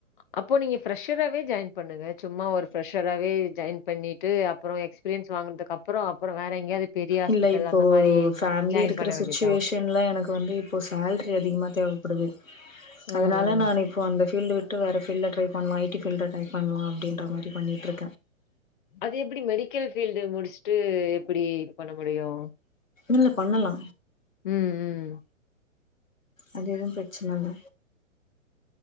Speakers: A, on the left; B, on the left.
A: அப்போ நீங்க ஃப்ரெஷராவே ஜாயின் பண்ணுங்க சும்மா ஒரு ஃபிரெஷராவே ஜாயின் பண்ணிட்டு அப்றோ எக்ஸ்பீரியன்ஸ் வாங்குனதுக்கப்றோ அப்றோ வேற எங்கயாவது பெரிய ஹாஸ்பிட்டல்
B: இல்ல இப்போ
A: அந்த மாரி
B: ஃபேமிலி
A: ஜாயின்
B: இருக்கற
A: பண்ண வேண்டியதுதா
B: சுச்சுவேஷ்ன்ல எனக்கு வந்து இப்போ சேலரி அதிகமா தேவ படுது
A: ம்
B: அதனால
A: ம்.
B: நானு இப்போ அந்த ஃபீல்டு விட்டு வேற ஃபீல்டுல ட்ரை பண்லா ஐ டி ஃபீல்டுல ட்ரை பண்லா அப்டின்ற மாரி பண்ணிட்டு இரு
A: அது எப்டி மெடிக்கல் ஃபீல்டுல முடிச்சுட்டு எப்டி பண்ண முடியு
B: இல்ல பண்ணலா
A: ம் ம்
B: அது எது பிரச்சனல்ல